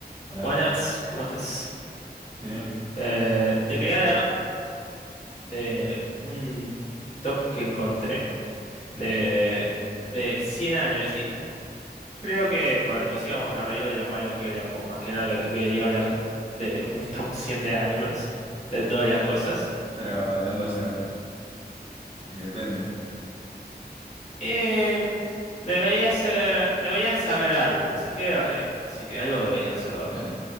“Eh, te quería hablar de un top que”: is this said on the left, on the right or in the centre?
Left